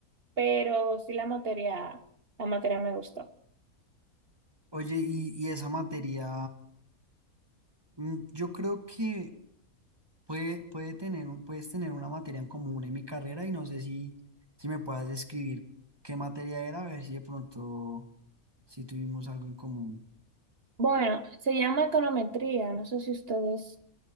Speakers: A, on the right; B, on the right.
A: pero sí la materia, la materia me gustó.
B: Oye, y, y esa materia, mm, yo creo que puede, puede tener, un- puedes tener una materia en común en mi carrera y no sé si, si me puedas describir qué materia era, a ver si de pronto, si tuvimos algo en común.
A: Bueno, se llama econometría. No sé si ustedes